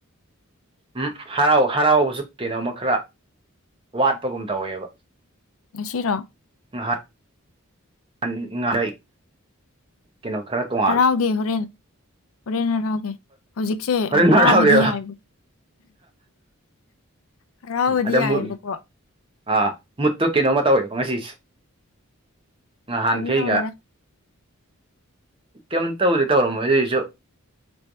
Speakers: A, on the right (about 25°); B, on the left (about 70°).
A: ꯎꯝ ꯍꯔꯥꯎ ꯍꯔꯥꯎꯕꯁꯨ ꯀꯩꯅꯣꯝꯃ ꯈꯔ ꯋꯥꯠꯄꯒꯨꯝ ꯇꯧꯋꯦꯕ
B: ꯉꯁꯤꯔꯣ
A: ꯉꯍꯥꯟ <unintelligible> ꯀꯩꯅꯣ ꯈꯔ <unintelligible>
B: ꯍꯔꯥꯎꯒꯦ ꯍꯣꯔꯦꯟ ꯍꯣꯔꯦꯟ ꯍꯔꯥꯎꯒꯦ ꯍꯧꯖꯤꯛꯁꯦ
A: ꯍꯣꯔꯦꯟ
B: ꯍꯔꯥꯎꯕꯗꯤ
A: ꯍꯔꯥꯎꯒꯦꯕ
B: ꯌꯥꯏꯕ ꯍꯔꯥꯎꯕꯗꯤ
A: ꯑꯗ
B: ꯌꯥꯏꯑꯦꯕꯀꯣ
A: ꯃꯨꯠ ꯑꯥ ꯃꯨꯠꯇꯨ ꯀꯩꯅꯣꯝꯃ ꯇꯧꯋꯦꯕꯀꯣ ꯉꯁꯤꯁꯦ ꯅꯍꯥꯟꯈꯩꯒ
B: ꯀꯩꯝ ꯇꯧꯗꯦꯗ
A: ꯀꯩꯝꯇ ꯇꯧꯗꯦ ꯇꯧꯔꯝꯃꯣꯏ ꯑꯗꯨꯏꯁꯨ